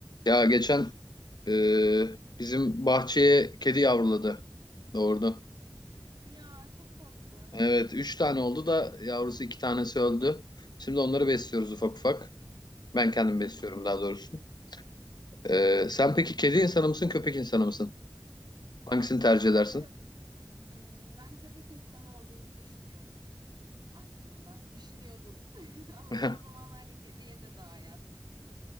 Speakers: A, on the left; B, on the right.
A: Ya geçen e, bizim bahçeye kedi yavruladı. Doğurdu.
B: Ya çok tatlı.
A: Evet, üç tane oldu da yavrusu iki tanesi öldü. Şimdi onları besliyoruz ufak ufak. Ben kendim
B: Hı hı.
A: besliyorum daha doğrusu. E, sen peki kedi insanı mısın, köpek insanı mısın? Hangisini tercih edersin?
B: Ben köp Hmm, ben köpek insanı olduğumu düşünüyorum aslında. Düşünüyordum. <laughs> Ama
A: <laughs>
B: son zamanlarda kediye de daha yatkınım.